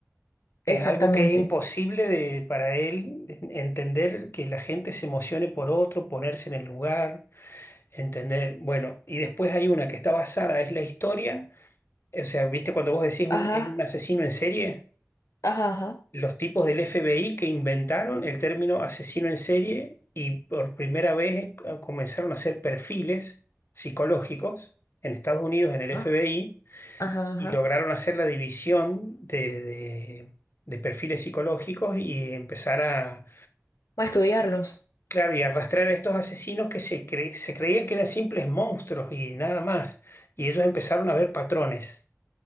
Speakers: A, on the left; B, on the left.
A: Es
B: Exactamente.
A: algo que es imposible de, para él en- entender que la gente se emocione por otro, ponerse en el lugar, entender. Bueno, y después hay una que está basada, es la historia. O sea, viste cuando vos decís un,
B: Ajá.
A: es un asesino en serie,
B: Ajá, ajá.
A: los tipos del FBI que inventaron el término asesino en serie y por primera vez eh, comenzaron a hacer perfiles psicológicos en Estados Unidos, en el FBI
B: Ah, Ajá, ajá.
A: y lograron hacer la división de, de- de perfiles psicológicos y empezar a,
B: Para estudiarlos.
A: claro, y arrastrar a estos asesinos que se, cre- se creían que eran simples monstruos y nada más. Y ellos empezaron a ver patrones,